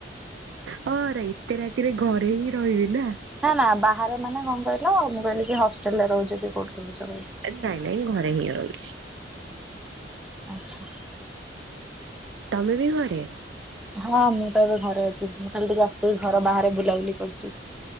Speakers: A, on the right (about 90°); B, in the centre.
A: ହଁରେ ଏତେ ରାତିରେ ଘରେ ହିଁ ରହିବି ନା।
B: ନା ନା ବାହାରେ ମାନେ କଣ କହିଲ ମୁଁ କହିଲି କି ହଷ୍ଟେଲ ରେ ରହୁଚନ୍ତି କୋଉଠି ରହୁଚ <unintelligible>
A: ନାଇଁ ନାଇଁ ଘରେ ହିଁ ରହୁଛି।
B: ଆଚ୍ଛା।
A: ତମେ ବି ଘରେ।
B: ହଁ ମୁଁ ତ ଏବେ ଘରେ ଅଛି ମୁଁ ଖାଲି ଟିକେ ଆସିଛି ଘର ବାହାରେ ବୁଲାବୁଲି କରୁଚି।